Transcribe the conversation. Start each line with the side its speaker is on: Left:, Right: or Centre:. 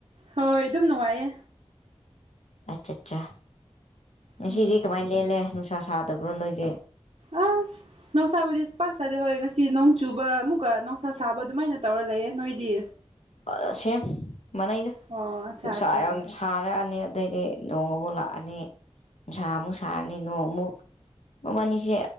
Right: ꯍꯣꯏ ꯑꯗꯨꯝ ꯅꯨꯡꯉꯥꯏꯌꯦ
Left: ꯑꯠꯆꯥ ꯑꯠꯆꯥ ꯉꯁꯤꯗꯤ
Right: ꯎꯝ
Left: ꯀꯃꯥꯏꯅ ꯂꯦꯜꯂꯦ ꯅꯨꯡꯁꯥ ꯁꯥꯗꯕ꯭ꯔꯣ ꯅꯣꯏꯗꯤ
Right: ꯑꯁ ꯅꯨꯡꯁꯥꯕꯨꯗꯤ ꯄꯥꯛ ꯁꯥꯗꯦꯕ ꯍꯣꯏ ꯉꯁꯤ ꯅꯣꯡ ꯆꯨꯕ ꯑꯃꯨꯛꯀꯥ ꯅꯨꯡꯁꯥ ꯁꯥꯕ ꯑꯗꯨꯃꯥꯏꯅ ꯇꯧꯔꯥ ꯂꯩꯌꯦ ꯅꯣꯏꯗꯤ
Left: ꯑꯥ ꯁꯦꯝ ꯃꯅꯩꯗ
Right: ꯑꯣ ꯑꯠꯆꯥ
Left: ꯅꯨꯡꯁꯥ
Right: ꯑꯠꯆꯥ
Left: ꯌꯥꯝ ꯁꯥꯔꯛꯑꯅꯤ ꯑꯗꯩꯗꯤ ꯅꯣꯡ ꯑꯃꯨꯛ ꯂꯥꯛꯑꯅꯤ ꯅꯨꯡꯁꯥ ꯑꯃꯨꯛ ꯁꯥꯔꯅꯤ ꯅꯣꯡꯃꯨꯛ ꯃꯕꯥꯅꯤꯁꯦ